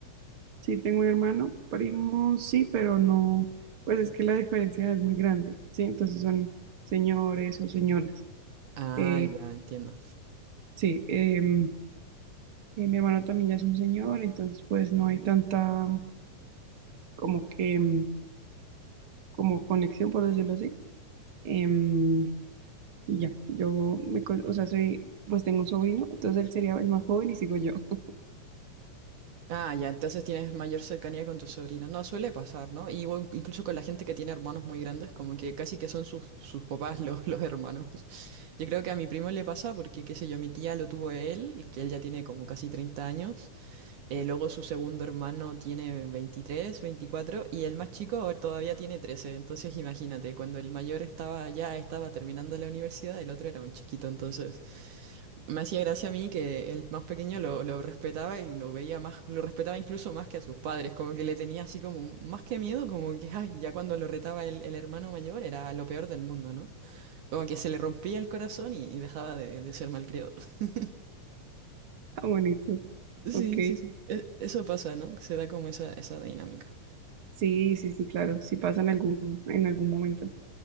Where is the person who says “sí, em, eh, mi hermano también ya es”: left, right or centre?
Right